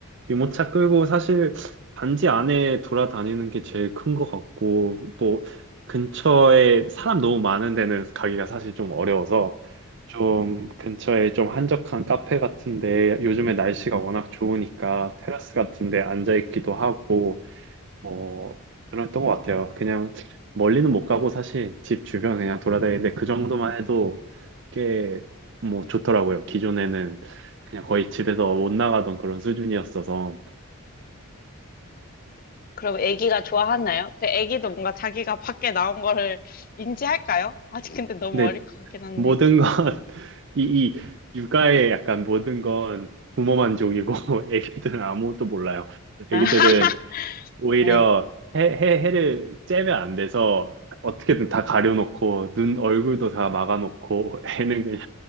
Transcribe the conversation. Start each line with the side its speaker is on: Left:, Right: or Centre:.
Right: 유모차 끌고 사실 단지 안에 돌아다니는 게 제일 큰 것 같고, 뭐, 근처에 사람 너무 많은 데는 가기가 사실 좀 어려워서, 좀 근처에 좀 한적한 카페 같은데, 요즘에 날씨가 워낙 좋으니까 테라스 같은데 앉아있기도 하고, 뭐, 그랬던 것 같아요. 그냥 멀리는 못 가고 사실 집 주변 그냥 돌아다니는데 그 정도만 해도 꽤 뭐 좋더라고요. 기존에는 그냥 거의 집에서 못 나가던 그런 수준이었어서.
Left: 그럼 아기가 좋아하나요? 그 아기도 뭔가 자기가 밖에 나온 거를 인지할까요? 아직 근데 너무
Right: 근데
Left: 어릴 것 같긴 한데.
Right: 모든 건, <laughs> 이, 이 육아의 약간 모든 건 부모 만족이고, <laughs> 애기들은 아무것도 몰라요. 애기들은
Left: 아, <laughs>
Right: 오히려
Left: 네.
Right: 해, 해, 해를 째면 안 돼서 어떻게든 다 가려놓고, 눈, 얼굴도 다 막아놓고, <laughs> 애는 그냥